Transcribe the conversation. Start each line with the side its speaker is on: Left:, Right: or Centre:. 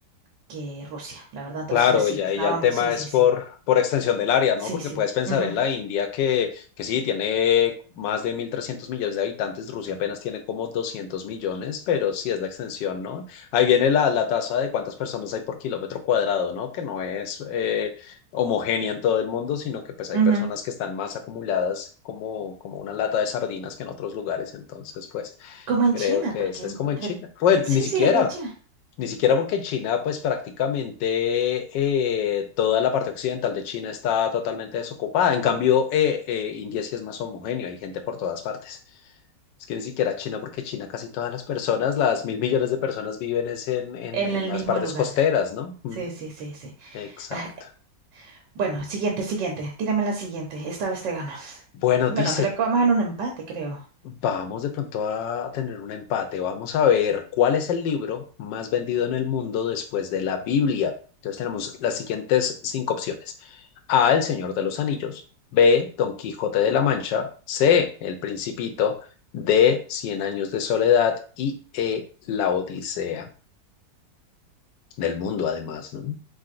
Right: que Rusia, la verdad. Entonces
Left: Claro,
Right: sí,
Left: ya,
Right: estábamos,
Left: y ya el tema
Right: sí, sí,
Left: es
Right: sí.
Left: por, por extensión del área, ¿no?
Right: Sí,
Left: Porque
Right: sí.
Left: puedes pensar
Right: Ujú,
Left: en la India que, que sí, tiene más de 1.300 millones de habitantes, Rusia apenas tiene como 200 millones, pero sí es la extensión, ¿no? Ahí viene la, la tasa de cuántas personas hay por kilómetro cuadrado, ¿no? Que no es eh, homogénea en todo el mundo, sino que pues hay
Right: ujú.
Left: personas que están más acumuladas como, como una lata de sardinas que en otros lugares, entonces pues
Right: Como en
Left: creo
Right: China,
Left: que
Right: porque
Left: esa
Right: en
Left: es como
Right: re-
Left: en China. Bueno,
Right: sí,
Left: ni siquiera.
Right: sí, re China.
Left: Ni siquiera porque en China, pues prácticamente eh, toda la parte occidental de China está totalmente desocupada. En cambio, eh, eh, India sí es más homogéneo, hay gente por todas partes. Es que ni siquiera China, porque China casi todas las personas, las mil millones de personas viven es en, en,
Right: En
Left: en
Right: el
Left: las
Right: mismo
Left: partes
Right: lugar.
Left: costeras, ¿no? Mm,
Right: Sí, sí, sí, sí.
Left: exacto.
Right: Ah, bueno, siguiente, siguiente. Tírame la siguiente. Esta vez te gano.
Left: Bueno,
Right: Bueno,
Left: dice,
Right: creo que vamos en un empate, creo.
Left: Vamos de pronto a tener un empate. Vamos a ver cuál es el libro más vendido en el mundo después de la Biblia. Entonces tenemos las siguientes cinco opciones. A, El Señor de los Anillos. B, Don Quijote de la Mancha. C, El Principito. D, Cien Años de Soledad. Y E, La Odisea del mundo, además, ¿no?